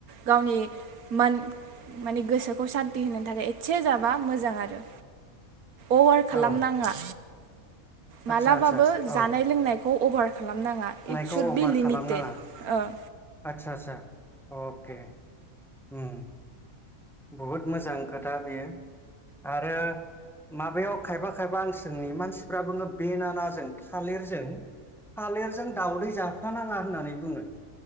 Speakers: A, on the right; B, in the centre.
A: गावनि मान-माने गोसोखौ सान्ति होनो थाखाय एसे जाबा मोजां आरो। अभार खालामनाङा
B: औ आदसा
A: मालाबाबो
B: आदसा औ
A: जानाय लोंनायखौ अभार खालामनाङा
B: खौ
A: सुड
B: अबार
A: बि लिमिटेड
B: खालामनाङा।
A: ओ
B: आदसा आदसा अके उम बुहुद मोजां खोथा बेयो। आरो माबायाव खायफा खायफा आं सोंनि मानसिफ्रा बुङो बेनानाजों थालिरजों थालिरजों दावदै जाफानाङा होननानै बुङो।